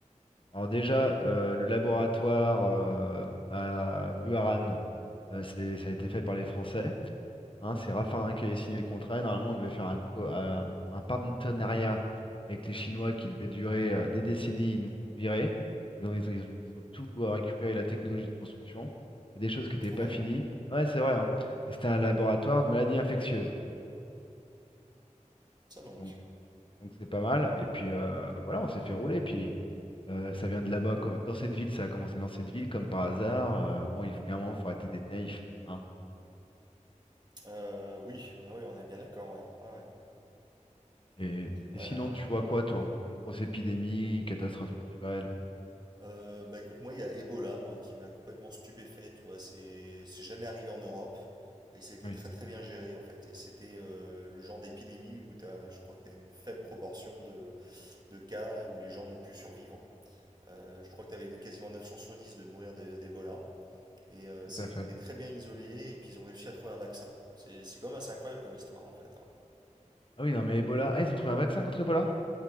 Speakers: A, on the left (about 40°); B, on the right (about 30°).
A: Alors déjà, euh, le laboratoire euh, à Vuaran, euh, c'est, ça a été fait par les Français. Hein, c'est Raffarin qui avait signé le contrat. et Normalement, on devait faire un, co- un- un partenariat avec les Chinois qui devait durer euh, des décennies. Ils nous ont virés. Ils ont, ils ont- ils ont- ils ont tout euh, récupéré, la technologie de construction. Il y a des choses qui n'étaient
B: Ah
A: pas
B: ouais,
A: finies. Ouais, c'est vrai. hein. Et c'était un laboratoire de maladies infectieuses.
B: tiens donc.
A: Donc, donc c'est pas mal. Et puis, euh, voilà, on s'est fait rouler. Puis, euh, ça vient de là-bas. co- Dans cette ville, ça a commencé dans cette ville, comme par hasard. Euh, bon, il faut, il y a un moment, il faut arrêter d'être naïf. hein.
B: Euh, oui, ah ouais, on est bien d'accord, ouais. Ouais, ouais.
A: Et, et
B: Euh,
A: sinon, tu vois quoi, toi, comme grosse épidémie, catastrophe naturelle?
B: euh, bah écoute, moi, il y a Ebola, moi, qui m'a complètement stupéfait, tu vois. C'est c'est jamais arrivé en Europe. Et ça a été
A: Oui,
B: très très bien géré en fait. Et c'était euh, le genre d'épidémie où t'as, je crois que tu as une faible proportion de, de cas où les gens ont pu survivre. Euh, je crois que tu avais quasiment 9 chances sur 10 de mourir d'E- d'Ebola. Et euh,
A: tout
B: c'était
A: à fait.
B: très bien isolé, et puis ils ont réussi à trouver un vaccin. C'est c'est quand même assez incroyable comme histoire, en fait. hein.
A: Ah oui, non, mais Ebola. Ah, ils ont trouvé un vaccin contre Ebola?